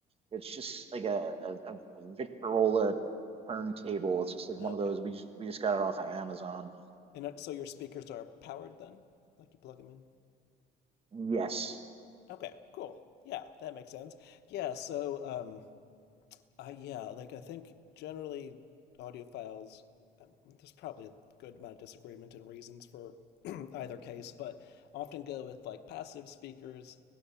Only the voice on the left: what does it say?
Okay.
And uh, so your speakers are powered then? Like you plug them in?
Okay, cool. Yeah, that makes sense. Yeah, so um, uh, yeah, like I think generally audiophiles, um, there's probably a good amount of disagreement and reasons for <clears throat> either case, but often go with like passive speakers.